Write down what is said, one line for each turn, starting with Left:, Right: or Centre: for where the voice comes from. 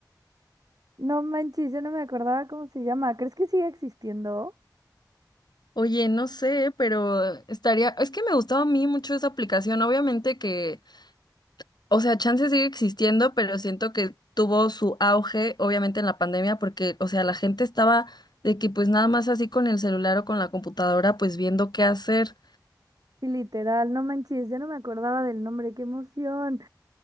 Right: No manches, yo no me acordaba cómo se llama, ¿crees que sigue existiendo?
Left: Oye, no sé, pero estaría, es que me gustaba a mí mucho esa aplicación. Obviamente que O sea, chance sigue existiendo, pero siento que tuvo su auge, obviamente, en la pandemia, porque, o sea, la gente estaba de que pues nada más así con el celular o con la computadora, pues viendo qué hacer.
Right: Sí, literal, no manches, ya no me acordaba del nombre, qué emoción.